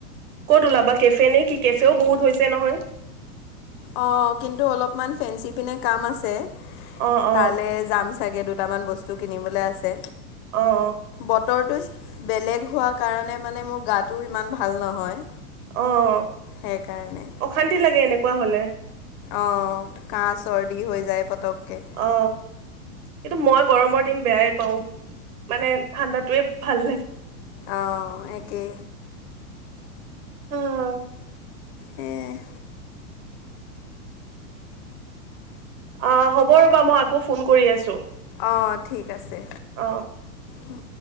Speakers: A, on the right; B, on the left.
A: ক'ত ওলাবা, কেফে নে কি! কেফেও বহুত হৈছে নহয়!
B: অঁ, কিন্তু অলপমান ফেঞ্চি পিনে কাম আছে,
A: অ', অ',
B: তালৈ যাম চাগে, দুটামান বস্তু কিনিবলৈ আছে।
A: অ',
B: বতৰটো বেলেগ হোৱাৰ কাৰণে মানে মোৰ গাটো ইমান ভাল নহয়।
A: অঁ,
B: সেইকাৰণে
A: অশান্তি লাগে, এনেকুৱা হ'লে।
B: অ, কাঁহ, চৰ্দি হৈ যায় পতকে।
A: অ, কিন্তু মই গৰমৰ দিন বেয়াই পাওঁ। মানে ঠাণ্ডাটোয়ে ভাল লাগে।
B: অ, একে।
A: উম।
B: উম।
A: অ, হ'ব ৰ'বা, মই আকৌ ফোন কৰি আছোঁ।
B: অঁ ঠিক আছে।
A: অ।
B: ওম